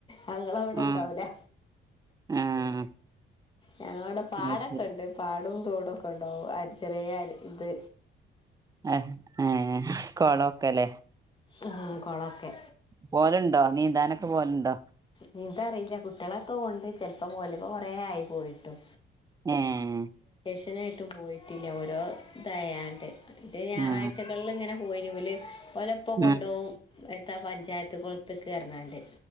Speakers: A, on the left; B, on the right.
A: ആഹ് ഇങ്ങളവ്ടെണ്ടാവൂലേ
B: ഉം ആഹ്
A: ഞങ്ങളവടെ പാടൊക്കെണ്ട്
B: അത് ശരി
A: പാടോം തോടൊക്കെണ്ട് ആഹ് ചെറിയ അര് ഇത്
B: എ ഏഹ് കൊളൊക്കെലേ
A: ഉം കൊളൊക്കെ
B: പോവലുണ്ടോ നീന്താനൊക്കെ പോവലുണ്ടോ?
A: നീന്താറിയില്ല കുട്ടികളൊക്കെ കൊണ്ട് ചെലപ്പം പോവല് ഇപ്പ കൊറെ ആയി പോയിട്ടും
B: ഏഹ്
A: <unintelligible> ആയിട്ടും പോയിട്ടില്ല ഓരോ ഇതായാണ്ട് മറ്റ് ഞായറാഴ്കളിൽ
B: ആഹ്
A: ഇങ്ങനെ പോയിന് ഓല് ഓലെ ഉപ്പ കൊണ്ടുപോവും
B: ആഹ്
A: ഏത്താ പഞ്ചായത്ത് കൊളത്ത്ക്ക് പറഞ്ഞാണ്ട്